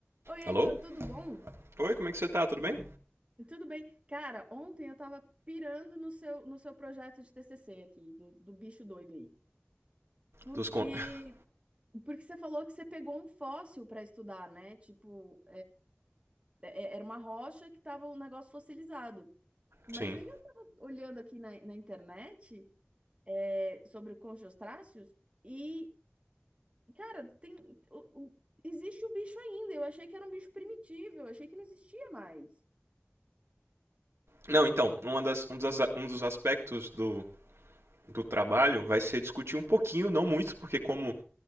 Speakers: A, on the right; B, on the right.
A: Oi, Heitor,
B: Alô?
A: tudo bom?
B: Oi, como é que você tá? Tudo bem?
A: Tudo bem? Cara, ontem eu tava pirando no seu, no seu projeto de TCC aqui, do, do bicho doido aí. Porque,
B: Dos con... <laughs>
A: porque você falou que você pegou um fóssil para estudar, né? Tipo, é- é- era uma rocha que tava um negócio fossilizado. Mas
B: Sim.
A: aí eu tava olhando aqui na, na internet, é, sobre conchostráceos e, cara, tem, o- o- existe o bicho ainda. Eu achei que era um bicho primitivo, eu achei que não existia mais.
B: Não, então, uma das, um, dos um dos aspectos do, do trabalho vai ser discutir um pouquinho, não muito, porque como,